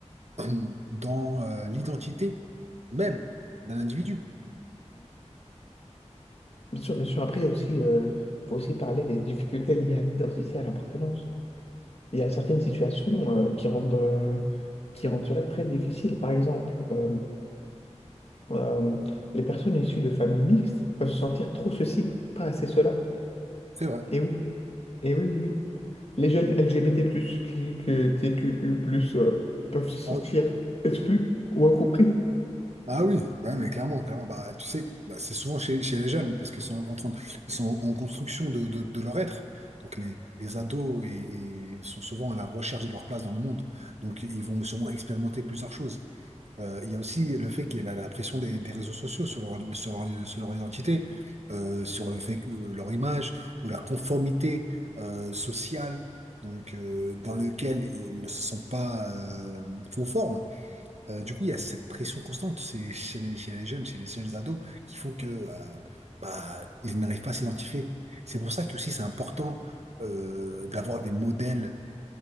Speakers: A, on the right; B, on the left.
A: <clears throat> dans euh, l'identité même d'un individu.
B: Bien sûr, bien sûr. Après, il y a aussi, euh, faut aussi parler des difficultés liées à l'identité, à l'appartenance. Il y a certaines situations euh, qui rendent, euh, qui rendent cela très difficile. Par exemple, euh, euh, les personnes issues de familles mixtes peuvent se sentir trop ceci, pas assez cela.
A: C'est vrai.
B: Et oui, et oui, oui. oui. Les jeunes LGBT+, qui- que TQU+, euh, peuvent se sentir
A: Ah,
B: exclus ou incompris.
A: Ah oui, ouais, mais clairement, clairement, bah, tu sais, que, bah, c'est souvent chez, chez les jeunes parce qu'ils sont en train de- ils sont en construction de, de- de leur être. Donc les, les ados et- et sont souvent à la recherche de leur place dans le monde. Donc ils vont sûrement expérimenter plusieurs choses. Euh, il y a aussi le fait qu'il y a la, la pression des, des réseaux sociaux sur leur, sur leur, sur leur identité, euh, sur le fait que euh, leur image ou la conformité euh, sociale, donc euh, dans lequel ils ne se sentent pas euh, conformes. Euh, du coup, il y a cette pression constante c'est chez les, chez les jeunes, chez les jeunes ados, qui font que euh, bah, ils n'arrivent pas à s'identifier. C'est pour ça que aussi c'est important euh, d'avoir des modèles